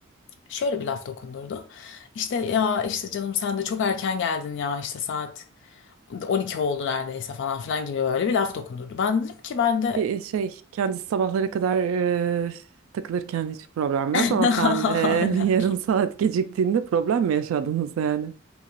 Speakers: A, on the left; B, on the right.
A: Şöyle bir laf dokundurdu. İşte ya işte canım sen de çok erken geldin ya işte saat 12 oldu neredeyse falan filan gibi böyle bir laf dokundurdu. Ben dedim ki ben
B: Ki
A: de
B: e, şey kendisi sabahlara kadar e, takılırken hiç problem
A: <laughs>
B: yok ama sen e,
A: Aynen.
B: <laughs> bir yarım saat geciktiğinde problem mi yaşadınız yani?